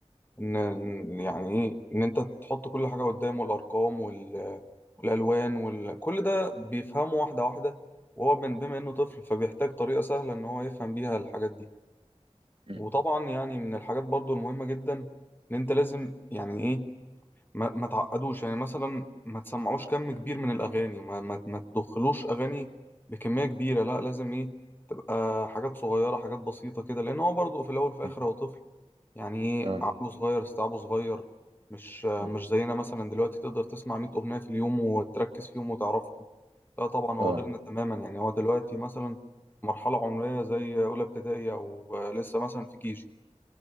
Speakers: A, on the left; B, on the right.
A: إن إن يعني إيه إن أنت تحط كل حاجة قدامه الأرقام وال... والألوان وال... كل ده بيفهمه واحدة واحدة وهو من بما إنه طفل فبيحتاج طريقة سهلة إن هو يفهم بيها الحاجات دي
B: مم.
A: وطبعا يعني من الحاجات برضو المهمة جدا إن أنت لازم يعني إيه ما, ما تعقدوش يعني مثلا ما تسمعوش كم كبير من الأغاني ما, ما, ما تدخلوش أغاني بكمية كبيرة لا لازم إيه تبقى حاجات صغيرة حاجات بسيطة كده لأن هو برضه في الأول في الآخر
B: مم.
A: هو طفل يعني إيه
B: اه
A: عقله صغير استيعابه صغير مش مش
B: مم.
A: زينا مثلا دلوقتي تقدر تسمع 100
B: مم.
A: أغنية في اليوم وتركز فيهم وتعرفهم لا طبعا هو
B: اه
A: غيرنا تماما يعني هو دلوقتي مثلا مرحلة عمرية زي أولى ابتدائي أو لسه مثلا في كيجي